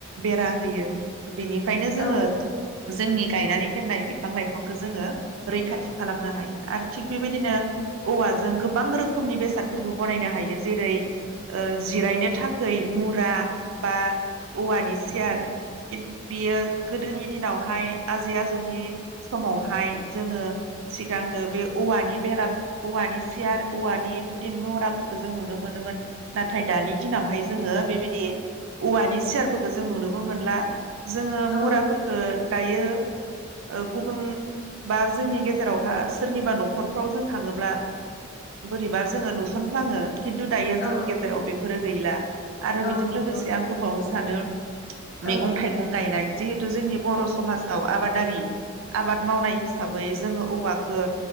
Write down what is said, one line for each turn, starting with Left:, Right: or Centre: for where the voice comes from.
Right: बेरा होयो । बिनिफ्रायनो
Left: औ
Right: जोंङो जोंनि गायनानै दोननाय बे बिफां लाइफांखौ जोंङो रैखाथि खालामनो हायो आरो थिग बेबायदिनो औवाजों गोबां रोखोमनि बेसादफोरबो बनायनो हायो, जेरै जिरायनो थाखै मुरा बा औवानि सियार बिब-बियो गोदोनि दिनावहाय आजै आजौनि समावहाय जोंङो सिगांगो बे औवानि बेरा औवानि सियार औवानि बेबायदि मुराफोरखौ जों नुनो मोनोमोन । नाथाय दानि दिनावहाय जोंङो बेबायदि औवानि सियारफोरखौ जों नुनोबो मोनला । जोंङो
Left: औ
Right: मुरा फोरखो दायो ओ गुबुन बा जोंनि गेजेरावहा सोरनिबा नखरफ्राव जों थांङोब्ला बोरैबा जोंङो नुसनफ्लाङो खिन्थु दायो
Left: औ
Right: जोंनि गेजेराव बेफोरो गैला आरो
Left: औ
Right: बेजों
Left: नंगौ
Right: लोगोसे आं बुंबावो सानो
Left: औ
Right: मैगं थाइगं गायनाय जिहेथु जोंनि बर'समाजाव आबादारि आबाद मावनाय हिसाबै जोंङो औवाखौ